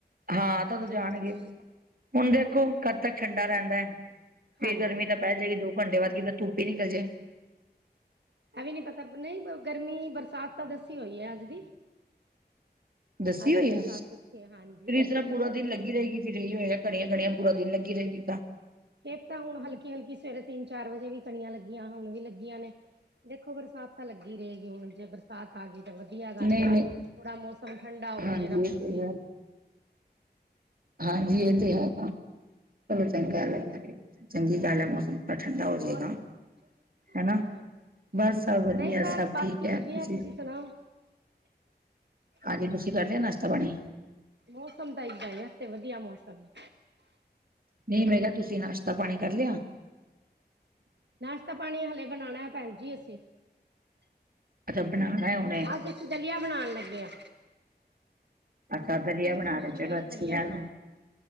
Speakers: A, on the right; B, on the right.
A: ਹਾਂ ਤਾਂ ਓਦੋਂ ਜਾਣਗੇ
B: ਹਾਂਜੀ
A: ਹੁਨ ਦੇਖੋ ਕਦ ਤੱਕ ਠੰਡਾ ਰੈਂਦਾ ਐ ਫੇਰ
B: ਹਾਂਜੀ
A: ਗਰਮੀ ਤਾਂ ਪੈ ਜਾਏਗੀ ਦੋ ਘੰਟੇ ਬਾਦ ਕਿਤੇ ਧੁੱਪ ਈ ਨਿਕਲ ਜੇ।
B: ਐ ਵੀਂ ਨੀ ਪਤਾ, ਨਈ ਗਰਮੀ ਬਰਸਾਤ ਤਾਂ ਦੱਸੀ ਹੋਈ ਐ ਅੱਜ ਦੀ।
A: ਦੱਸੀ
B: ਅੱਜ
A: ਹੋਈ
B: ਦੀ ਬਰਸਾਤ
A: ਆ।
B: ਦੱਸੀ ਐ ਹਾਂਜੀ।
A: <unintelligible> ਪੂਰਾ ਦਿਨ ਲੱਗੀ ਰਏਗੀ, <unintelligible> ਕਣੀਆਂ ਕਣੀਆਂ ਪੂਰਾ ਦਿਨ ਲੱਗੀ ਰਏਗੀ ਫਿਰ ਤਾਂ।
B: ਏ ਤਾਂ ਹੁਣ ਹਲਕੀ-ਹਲਕੀ ਸਵੇਰੇ ਤਿੰਨ ਚਾਰ ਵਜੇ ਵੀ ਕਣੀਆਂ ਲੱਗੀਆਂ ਹੁਣ ਵੀ ਲੱਗੀਆਂ ਨੇ। ਦੇਖੋ ਬਰਸਾਤ ਤਾਂ ਲੱਗੀ ਰਏਗੀ ਹੁਣ ਜੇ ਬਰਸਾਤ ਆ ਗੀ ਤਾਂ ਵਧੀਆ
A: ਨਹੀਂ
B: ਗੱਲ ਏ
A: ਨਹੀਂ
B: ਥੋੜਾ ਮੌਸਮ ਸਮ ਠੰਡਾ ਹੋ
A: ਹਾਂਜੀ
B: ਜੇਗਾ ਭੈਨ
A: ਇਹ ਤੇ
B: ਜੀ।
A: ਹੈ ਹਾਂਜੀ ਏ ਤੇ ਹੈਗਾ, ਚੱਲੋ ਚੰਗਾ <unintelligible> ਚੰਗੀ ਗੱਲ ਐ, ਮੌਸਮ ਤਾਂ ਠੰਡਾ ਹੋ
B: ਹੋਰ
A: ਜੇਗਾ।
B: ਹਾਂਜੀ
A: ਹੈਨਾ,
B: ਹਾਂਜੀ
A: ਬਸ ਸਭ ਵਧੀਆ,
B: ਨਹੀਂ ਬਸ
A: ਸਭ
B: ਬਾਕੀ
A: ਠੀਕ ਐ,
B: ਵਧੀਆ
A: ਤੁਸੀਂ
B: ਸੁਣਾਓ ਹਮ
A: ਹਾਂਜੀ ਤੁਸੀਂ ਕਰ ਲੇਆ ਨਾਸ਼ਤਾ ਪਾਣੀ?
B: ਮੌਸਮ ਤਾਂ ਇਦਾਂ ਈ ਐ, ਅੱਜ ਤੇ ਵਧੀਆ ਮੌਸਮ ਏ।
A: ਨਈ ਮੈਂ ਕੇਆ ਤੁਸੀਂ ਨਾਸ਼ਤਾ ਪਾਣੀ ਕਰ ਲੇਆ?
B: ਨਾਸ਼ਤਾ ਪਾਣੀ ਹਲੇ ਬਣਣਾ ਐ ਭੈਨ ਜੀ ਅਸੀਂ।
A: ਅੱਛਾ ਬਣਾਣਾ ਹੁਣੇ।
B: ਅੱਜ ਅਸੀਂ ਦਲੀਆ ਬਣਾਣ ਲੱਗੇ ਆ।
A: ਅੱਛਾ ਦਲੀਆ ਬਣਾ
B: ਫਰਮਾਇਸ਼
A: ਰੇ, ਚੱਲੋ
B: ਆਈ
A: ਅੱਛੀ
B: ਹੈ ਦਲੀਆ
A: ਗੱਲ
B: ਬਣਾਓ
A: ਏ।